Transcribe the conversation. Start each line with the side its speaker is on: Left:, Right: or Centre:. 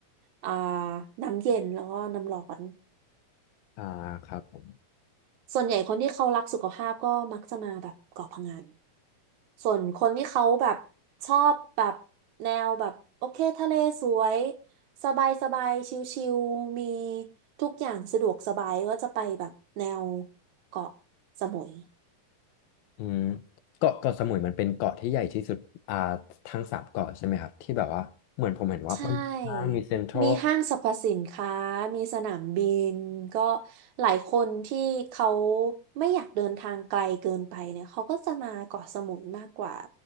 Right: อ่าน้ำเย็นแล้วก็น้ำร้อน
Left: อ่าครับผม
Right: ส่วนใหญ่คนที่เขารักสุขภาพก็มักจะมาแบบเกาะพะงัน ส่วนคนที่เขาแบบชอบแบบแนวแบบโอเคทะเลสวยสบายสบายชิลๆมีทุกอย่างสะดวกสบายก็จะไปแบบแนวเกาะสมุย
Left: อืมเกาะเกาะสมุยมันเป็นเกาะที่ใหญ่ที่สุดอ่าทั้งสามเกาะใช่ไหมครับที่แบบว่าเหมือนผมเห็นว่ามันค่างมีเซ็นทรัล
Right: ใช่มีห้างสรรพสินค้ามีสนามบินก็หลายคนที่เขาไม่อยากเดินทางไกลเกินไปเนี่ยเขาก็จะมาเกาะสมุยมากกว่า